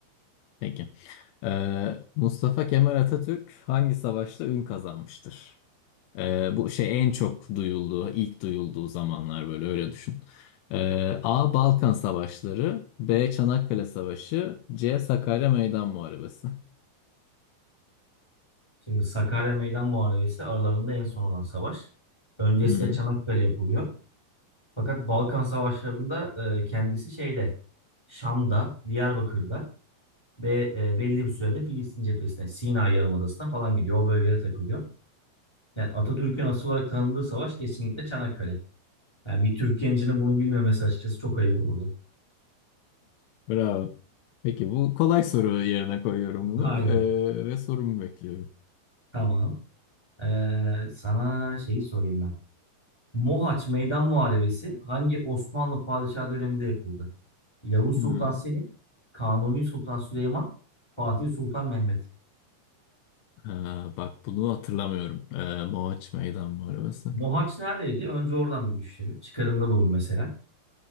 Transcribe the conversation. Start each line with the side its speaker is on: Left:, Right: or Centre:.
Left: Peki. Ee, Mustafa Kemal Atatürk hangi savaşta ün kazanmıştır? Ee, bu şey en çok duyulduğu, ilk duyulduğu zamanlar böyle öyle düşün. Ee, A. Balkan Savaşları, B. Çanakkale Savaşı, C. Sakarya Meydan Muharebesi.
Centre: Şimdi Sakarya Meydan Muharebesi aralarında en son olan savaş. Öncesi
Left: Hı-hı.
Centre: de Çanakkale yapılıyor. Fakat Balkan Savaşları'nda e, kendisi şeyde Şam'da, Diyarbakır'da ve e, belli bir sürede Filistin cephesine, Sina Yarımadası'na falan gidiyor. O bölgede takılıyor. Yani Atatürk'ün asıl olarak tanındığı savaş kesinlikle Çanakkale. Yani bir Türk gencinin bunu bilmemesi açıkçası çok ayıp olurdu.
Left: Bravo. Peki bu kolay soru yerine koyuyorum bunu
Centre: Aynen.
Left: ee, ve sorumu bekliyorum.
Centre: Tamam. Ee, sana şeyi sorayım ben. Mohaç Meydan Muharebesi hangi Osmanlı padişahı döneminde yapıldı? Yavuz
Left: Hı.
Centre: Sultan Selim, Kanuni Sultan Süleyman, Fatih Sultan Mehmet.
Left: Ha, bak bunu hatırlamıyorum. Ee, Mohaç Meydan Muharebesi.
Centre: Mohaç neredeydi? Önce oradan bir düşünelim. Çıkarımda bulun mesela.